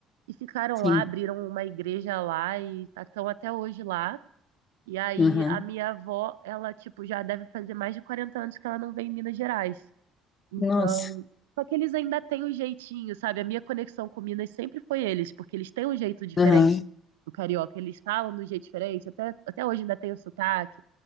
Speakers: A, on the right; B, on the left.
A: e ficaram
B: sim.
A: lá, abriram uma igreja lá e estão até hoje lá. E aí
B: Aham.
A: a minha avó, ela, tipo, já deve fazer mais de 40 anos que ela não vem em Minas Gerais. Então,
B: Nossa.
A: só que eles ainda têm um jeitinho, sabe? A minha conexão com Minas sempre foi eles, porque eles têm um jeito diferente
B: Aham,
A: do carioca. Eles falam de um jeito diferente, até, até hoje ainda tem o sotaque.